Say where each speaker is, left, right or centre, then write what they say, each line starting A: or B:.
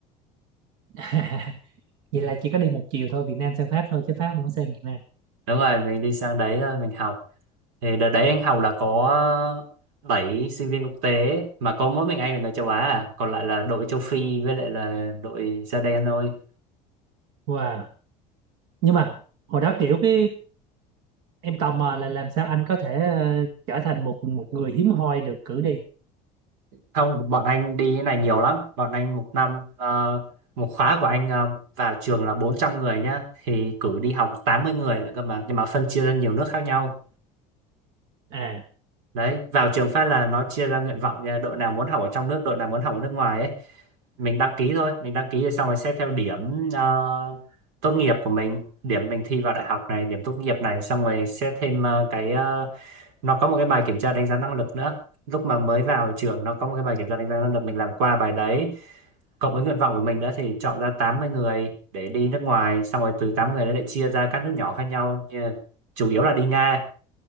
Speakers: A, on the right; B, on the right.
A: <laughs> vậy là chỉ có đi một chiều thôi Việt Nam sang Pháp thôi chứ Pháp không có sang Việt Nam
B: Đúng rồi, mình đi sang đấy ờ, mình học thì đợt đấy anh học là có 7 sinh viên quốc tế mà có mỗi mình anh là người châu Á à. còn lại là đội châu Phi với lại là đội da đen thôi
A: wow nhưng mà hồi đó kiểu cái em tò mò là làm sao anh có thể ờ, trở thành một một người hiếm hoi được cử đi
B: không bọn anh đi cái này nhiều lắm bọn anh một năm ờ, một khóa của anh ờ, vào trường là 400 người nhá thì cử đi học 80 người nữa cơ mà nhưng mà phân chia ra nhiều nước khác nhau
A: à
B: đấy vào trường phát là nó chia ra nguyện vọng nha, đội nào muốn học ở trong nước đội nào muốn học ở nước ngoài ấy mình đăng ký thôi mình đăng ký rồi xong rồi xét theo điểm ờ, tốt nghiệp của mình điểm mình thi vào đại học này điểm tốt nghiệp này xong rồi xét thêm ờ, cái ờ, nó có một cái bài kiểm tra đánh giá năng lực nữa lúc mà mới vào trường nó có một cái bài kiểm tra đánh giá năng lực mình làm qua bài đấy cộng với nguyện vọng của mình đó thì chọn ra 80 người để đi nước ngoài xong rồi từ 80 người đó lại chia ra các nước nhỏ khác nhau như- là chủ yếu là đi Nga